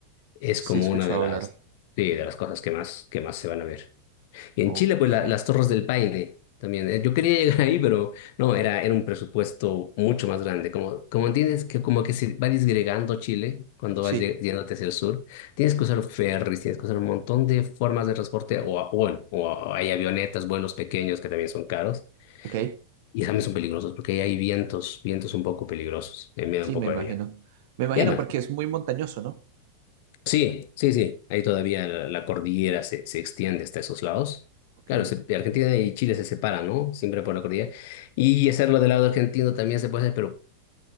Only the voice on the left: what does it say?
es
como
una de las,
sí, de las cosas que más, que más se van a ver. Y en
Chile, pues la- las Torres del Paine también. Eh, Yo quería llegar ahí, pero no, era, era un presupuesto mucho más grande. Como, como tienes que, como que se va disgregando Chile cuando
vas lle- yéndote hacia el sur, tienes que usar ferries, tienes que usar un montón de formas de transporte, o, a- bueno, o hay avionetas, vuelos pequeños que también son caros,
y también son peligrosos, porque ahí hay vientos, vientos un poco peligrosos, eh, me da
un poco
de miedo.
Y además,
Sí, sí, sí. Ahí todavía la, la cordillera se, se extiende hasta esos lados.
Claro, se- Argentina y Chile se separan, ¿no? Siempre por la cordillera. Y hacerlo del lado argentino también se puede hacer, pero